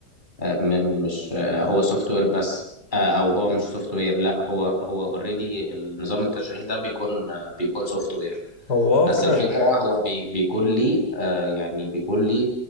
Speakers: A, on the left (about 25°); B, on the left (about 75°).
A: م- مش آه، هو سوفت وير بس آه، او هو مش سوفت وير لا هو هو اوريدي نظام التشغيل ده بيكون آه، بيكون سوفت وير
B: هو
A: بس
B: اه فعلا
A: الفكرة هو بي بيكون لي آه، يعني بيكون لي